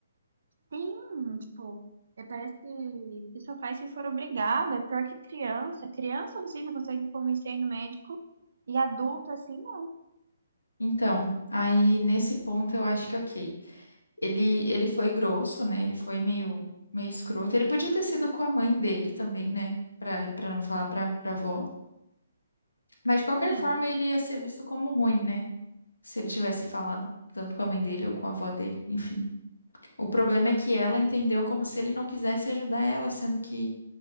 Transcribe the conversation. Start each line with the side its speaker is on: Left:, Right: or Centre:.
Right: Sim, tipo, é, parece que, que só faz se for obrigado É pior que criança. Criança você ainda consegue convencer a ir no médico e adulto assim não.
Left: Então, aí nesse ponto eu acho que ok. Ele, ele foi grosso, né? Ele foi meio, meio escroto. Ele podia ter sido com a mãe dele também, né? Pra, pra não falar pra, pra avó. Mas de qualquer
Right: Sim,
Left: forma ele ia ser visto como ruim, né? Se ele tivesse falado tanto com a mãe dele ou com a avó dele, enfim. O problema é que ela entendeu como se ele não quisesse ajudar ela, sendo que